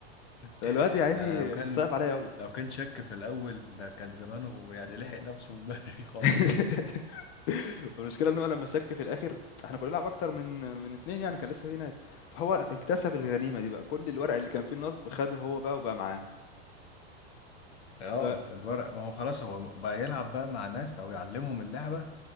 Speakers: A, on the left (about 60°); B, on the left (about 85°).
A: الواد
B: <laughs>
A: يا عيني
B: انا لو كان
A: صعب عليَّ أوي
B: لو كان شك في الاول ده كان زمانه يعني لحق نفسه من بدري خالص
A: <laughs> والمشكلة إن هو لمّا شك في الآخر إحنا كنا بنلعب أكتر من من 2 يعني كان لسه في ناس، فهو اكتسب الغنيمة دي بقى، كل الورق اللي كان فيه النصب خده هو بقى وبقى معاه،
B: اه
A: ف
B: الورق ما هو خلاص هو بقى يلعب بقى مع ناس او يعلمهم اللعبة